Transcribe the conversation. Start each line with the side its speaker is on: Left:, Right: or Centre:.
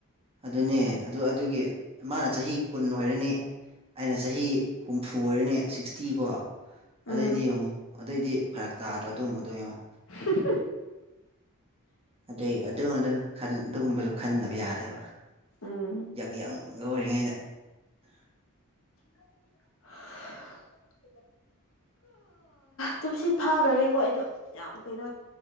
Right: ꯑꯗꯨꯅꯦ ꯑꯗꯨ ꯑꯗꯨꯒꯤ ꯃꯥꯅ ꯆꯍꯤ ꯀꯨꯟ ꯑꯣꯏꯔꯅꯤ ꯑꯩꯅ ꯆꯍꯤ ꯍꯨꯝꯐꯨ ꯑꯣꯏꯔꯅꯦ ꯁꯤꯛꯁꯇꯤ ꯀꯣ
Left: ꯎꯝ
Right: ꯑꯗꯩꯗꯤ ꯌꯦꯡꯉꯨ ꯑꯗꯨꯑꯣꯏꯗꯤ ꯐꯔꯛ ꯇꯥꯗ꯭ꯔꯣ ꯑꯗꯨꯒꯨꯝꯝꯕꯗꯣ ꯌꯦꯡꯉꯣ
Left: ꯍꯝ ꯍꯝ
Right: ꯑꯗꯩ ꯑꯗꯨꯉꯥꯟꯗ ꯑꯗꯨꯒꯨꯝꯕꯗꯨ ꯈꯟꯗꯕ ꯌꯥꯗꯦꯕ
Left: ꯎꯝ
Right: ꯌꯡ ꯌꯡ ꯂꯑꯣꯏꯔꯤꯉꯩꯗ
Left: ꯍꯥ ꯇꯨꯝꯁꯤ ꯐꯥꯗ꯭ꯔꯦꯀꯣ ꯑꯩꯗꯣ ꯌꯥꯝ ꯀꯩꯅꯣ